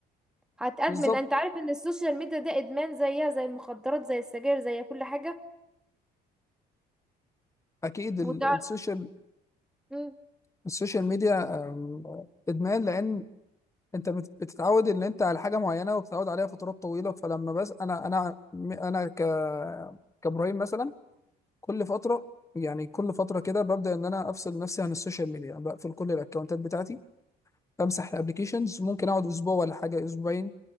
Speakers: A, in the centre; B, on the left.
A: هتأدمن
B: بالظبط
A: انت عارف ان السوشيال ميديا ده ادمان زيها زي المخدرات زي السجاير زي كل حاجة
B: اكيد
A: وتعرف
B: ال- السوشيال
A: مم.
B: السوشيال ميديا آم، ادمان لان انت بت- بتتعود ان انت على حاجه معينه وبتتعود عليها فترات طويله فلما بس انا انا انا ك كابراهيم مثلا كل فتره يعني كل فتره كده ببدا ان انا افصل نفسي عن السوشيال ميديا بقفل كل الاكونتات بتاعتي بمسح الابلكيشنز ممكن اقعد اسبوع ولا حاجه اسبوعين